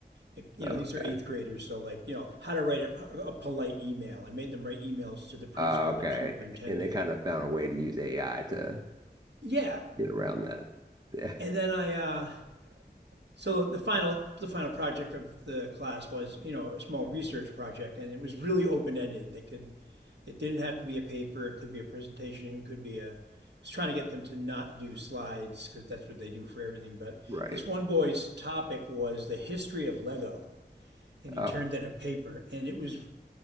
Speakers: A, on the right; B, on the right.
A: like you
B: Okay.
A: know these are eighth graders so like you know how to write a, a polite email I made them write emails to the principal
B: Uh, okay,
A: or superintendent
B: and they kind of found a way to use AI to
A: yeah
B: get around that. Yeah,
A: and then I uh, So the final the final project of the class was you know a small research project and it was really open ended. They could it didn't have to be a paper. It could be a presentation. Could be a I was trying to get them to not do slides because that's what they do for everything. But
B: right.
A: this one boy's topic was the history of Lego, and he
B: Oh.
A: turned in a paper, and it was